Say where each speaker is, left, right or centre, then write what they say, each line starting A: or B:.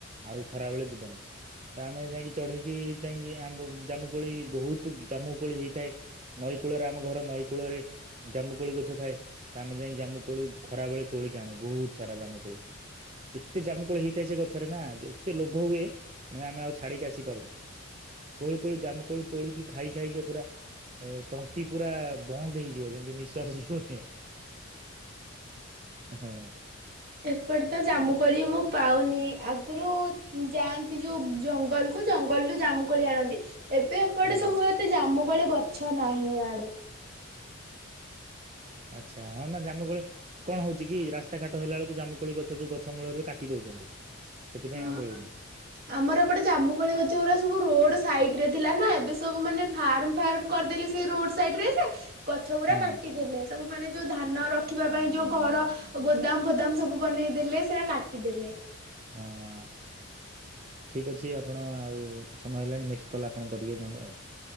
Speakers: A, on the right (about 30°); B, on the right (about 45°).
A: ଆଉ ଖରା ବେଳେ ଯିବନି ତ ଆମେ ଯାଇକି ଚଢେଇକି ଯାଇକି ଆ ନି। ଜାମୁ କୋଳି ବହୁତ ଜାମୁ କୋଳି ହେଇଥାଏ ନଈ କୂଳରେ ଆମ ଘର ନଈ କୂଳରେ ଜାମୁକୋଳି ଗଛ ଥାଏ ତ ଆମେ ଯାଇ ଜାମୁକୋଳି ଖରା ବେଳେ ତୋଳିକି ଆଣୁ ବହୁତ ସାରା ଜାମୁକୋଳି ଏତେ ଜାମୁକୋଳି ହେଇଥାଏ ସେ ଗଛରେ ନା ଏତେ ଲୋଭ ହୁଏ ମାନେ ଆମେ ଆଉ ଛାଡିକି ଆସିପାରୁନା। ତୋ ଜାମୁକୋଳି ତୋଳିକି ଖାଇ ଖାଇକି ପୁରା ତଣ୍ଟି ପୁରା ବନ୍ଦ ହେଇଯିବ ଯେମିତି ନିଶ୍ଵାସ ଯିବ। ହଁ।
B: ଏପଟେ ତ ଜାମୁକୋଳି ମୁଁ ପାଉନି ଆଗରୁ ଯାଆନ୍ତି ଯୋଉ ଜଙ୍ଗଲ କୁ ଜଙ୍ଗଲରୁୁ ଜାମୁକୋଳି ଆଣନ୍ତି। ଏବେ ଏପଟେ
A: ହୁଁ
B: ସବୁ ଏତେ ଜାମୁ। ସବୁବେଳେ ଗଛ ନାହିଁ ଆଡେ।
A: ଆଚ୍ଛା ହଁ ନା ଜାମୁକୋଳି କଣ ହଉଛି କି ରାସ୍ତାଘାଟ ହେଲା ବେଳକୁ ଜାମୁକୋଳି ଗଛ ଯୋଉ ଗଛ ମୂଳକୁ କାଟି ଦଉଛନ୍ତି। ସେଥିପାଇଁ
B: ହଁ
A: ଆଉ ମିଳୁନି।
B: ଆମର ଏପଟେ ଜାମୁକଳି ଗଛ ଗା ସବୁ ରୋଡ ସାଇଟ। ରେ ଥିଲା ନା ଏବେ ସବୁ ମାନେ ଫାର୍ମ ଫାର୍ମ କରିଦେଲେ ସେ ରୋଡ ସାଇଟ ରେ ଯେ। ଗଛ ଗୁଡା
A: ହଁ
B: କାଟିଦେଲେ ସବୁ ମାନେ। ଯୋଉ ଧାନ ରଖିବା ପାଇଁ ଯୋଉ ଘର ଗୋଦାମ ଫୋଦାମ ସବୁ ବନେଇଦେଲେ ସେଟା କାଟିଦେଲେ।
A: ହଁ ଠିକ ଅଛି ଆପଣ ଆଉ ସମୟ ହେଲାଣି ନେକ୍ସଟ କଲ୍ ଆପଣ କରିବେ ନହେଲେ ଆଉ।